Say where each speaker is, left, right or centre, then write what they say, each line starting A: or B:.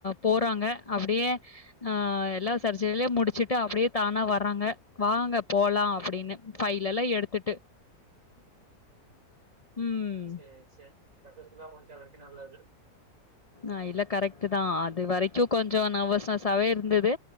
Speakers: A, on the left; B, on the right.
A: போறாங்க அப்டியே ஆஹ் எல்லா சர்ச்சிலயு முடிச்சுட்டு அப்டியே தானா வர்றாங்க வாங்க போலா அப்டின்னு ஃபைல் எல்லா எடுத்துட்டு உம்
B: சேர் சேர் சக்சஸ்ஃபுல்லா முடிச்சே ரெண்டு நாள்ள அது
A: அ இல்ல கரெக்ட்டுதா அது வரைக்கு கொஞ்சோ நர்வஸ்னஸாவே இருந்தது